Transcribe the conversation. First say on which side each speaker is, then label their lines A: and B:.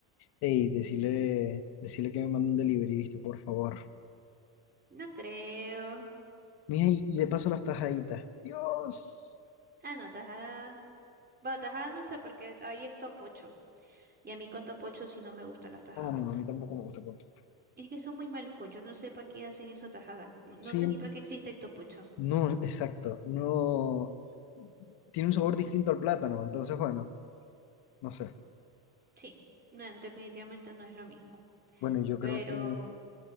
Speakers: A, on the left; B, on the right.
A: Ey, decirle, decirle que me mande un delivery, ¿viste? Por favor.
B: No creo.
A: Mija, y y de paso las tajaditas. Dios.
B: Ah, no, tajada. Bueno, tajada no sé porque ahí es topocho. Y a mí con topocho sí no me gustan las tajadas.
A: Ah, no, a mí tampoco me gusta el corto.
B: Es que son muy malucos, yo no sé para qué hacen eso tajada. No no
A: Sí,
B: sé ni para qué existe el topucho.
A: no, exacto, no. Tiene un sabor distinto al plátano, entonces, bueno, no sé.
B: Sí, no, definitivamente no es lo mismo.
A: Bueno, yo
B: Pero
A: creo que,